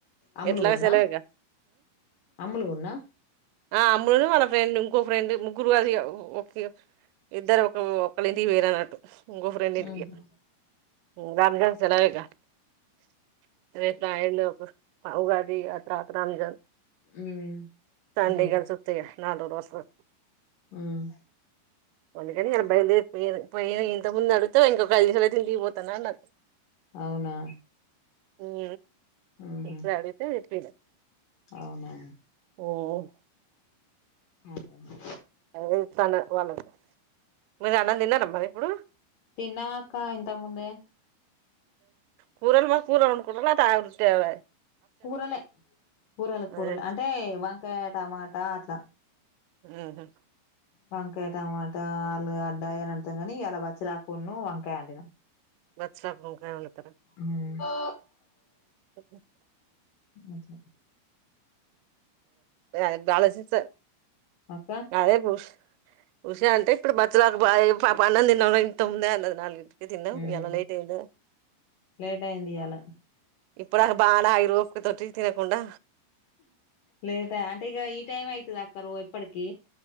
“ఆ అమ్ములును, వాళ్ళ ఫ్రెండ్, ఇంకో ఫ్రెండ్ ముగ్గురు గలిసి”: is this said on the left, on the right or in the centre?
Right